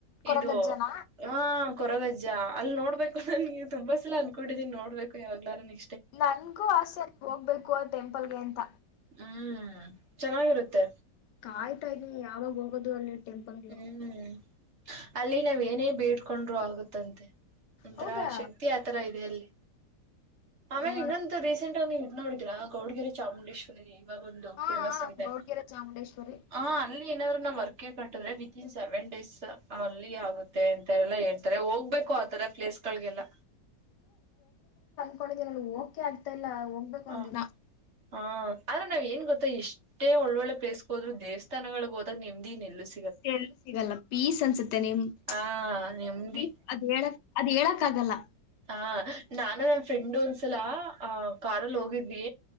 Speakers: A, on the left; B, on the right.
A: ಕೊರಗಜ್ಜನ
B: ಇದು ಹ ಕೊರಗಜ್ಜ ಅಲ್ಲಿ ನೋಡ್ಬೇಕು <unintelligible> ನಾನು ತುಂಬಾ ಸಲ <unintelligible> <unintelligible> ಕುಡಿದಿನಿ ನೋಡ್ಬೇಕು ಯಾವ್ಲಾರ ನೀ
A: ನನ್ಗೂ ಆಸೆ ಹೋಗ್ಬೇಕು ಆ ಟೆಂಪಲ್ಗೆ ಅಂತ
B: ಹ್ಮ್ ಚೆನ್ನಾಗಿರುತ್ತೆ
A: ಕಾಯ್ತಾ ಇದ್ದೀನಿ ಯಾವಾಗ ಹೋಗೋದು ಅಲ್ಲಿ ಟೆಂಪಲ್ಗೆ
B: ಹ್ಮ್ ಅಲ್ಲಿ ನಾವ ಏನೇ ಬೇಡ್ಕೊಂಡ್ರು ಆಗುತ್ತಂತೆ ಒಂಥರಾ
A: ಹೌದಾ
B: ಶಕ್ತಿ ಆತರ ಇದೆ ಅಲ್ಲಿ ಆಮೇಲೆ
A: ನೋಡ
B: ಇನ್ನೊಂದು ರೀಸೆಂಟ್ ಆಗಿ ನೀವು ಇದ್ ನೋಡಿದೀರಾ ಗೌಡಗೆರೆ ಚಾಮುಂಡೇಶ್ವರಿ ಇವಾಗ ಒಂದು
A: ಹಾ
B: ಫೇಮಸ್ ಆಗಿದೆ
A: ಗೌಡ್ಗೆರೆ ಚಾಮುಂಡೇಶ್ವರಿ
B: ಹ ಅಲ್ಲಿ ಏನಾದ್ರು ನ ಅರಕೆ ಕಟ್ಟಿದ್ರೆ ವಿತ್ನ್ ಸೆವೆನ್ ಡೇಸ್ ಅಲ್ಲಿ ಆಗುತ್ತೆ ಅಂತಲ್ಲ ಹ <unintelligible> <inaudible> ಹೋಗ್ಬೇಕು ಆತರ ಪ್ಲೇಸ್ಗಳಗೆಲ್ಲ
A: <unintelligible> ಓಕೆ ಆಗ್ತಾ ಇಲ್ಲ <unintelligible> ಹೋಗ್ಬೇಕು
B: ಹ
A: ಒಂದಿನ
B: ಹಾ ಆದ್ರೆ ನಾವ ಏನ್ ಗೊತ್ತ <unintelligible> <unintelligible> ಎಷ್ಟೇ ಒಳ್ಳೊಳ್ಳೆ ಪ್ಲೇಸ್ ಹೋದರು ದೇವಸ್ಥಾನಗಳಿಗೆ ಹೊದಾಗ ನಿಮ್ದಿ ಇನೆಲ್ಲು <unintelligible>
A: ಸಲ್ <unintelligible> ಸಿಗಲ್ಲ ಪೀಸ್ ಅನ್ಸುತ್ತೆ ನಿಮ <unintelligible>
B: ಆ ನೆಮ್ಮದಿ
A: ಅದ ಹೇಳಕ್ ಅದ ಹೇಳಕ್ ಹೇಳಕ್ಕಾಗಲ್ಲ
B: ಆ ನಾನು ನನ್ ಫ್ರೆಂಡ್ ಒಂದ್ಸಲ ಹ ಕಾರಲ್ಲಿ ಹೋಗಿದ್ವಿ